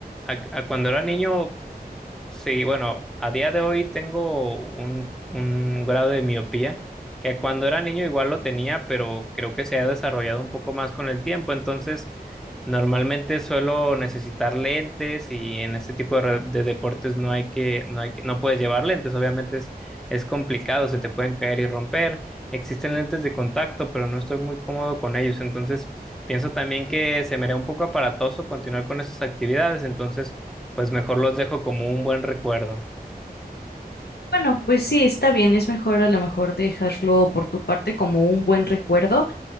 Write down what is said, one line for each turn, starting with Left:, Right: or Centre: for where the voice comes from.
Centre: a, a cuando era niño Sí, bueno, a día de hoy tengo un, un grado de miopía que cuando era niño igual lo tenía, pero creo que se ha desarrollado un poco más con el tiempo. Entonces, normalmente suelo necesitar lentes y en este tipo de, re- de deportes no hay que, no hay que, no puedes llevar lentes. Obviamente es, es complicado, se te pueden caer y romper. Existen lentes de contacto, pero no estoy muy cómodo con ellos. Entonces, pienso también que se me haría un poco aparatoso continuar con esas actividades. Entonces, pues mejor los dejo como un buen recuerdo.
Left: Bueno, pues sí, está bien, es mejor a lo mejor dejarlo por tu parte como un buen recuerdo.